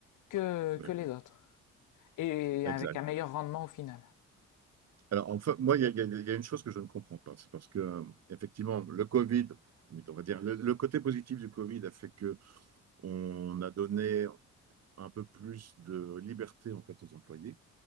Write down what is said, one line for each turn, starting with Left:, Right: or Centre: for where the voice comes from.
Left: que,
Right: oui,
Left: que les autres. Et
Right: exact.
Left: avec un meilleur rendement au final.
Right: Alors, enfin, moi, il y, a il y a- il y a une chose que je ne comprends pas. C'est parce que, euh, effectivement, le Covid, on va dire, le, le côté positif du Covid a fait que on a donné un peu plus de liberté, en fait, aux employés.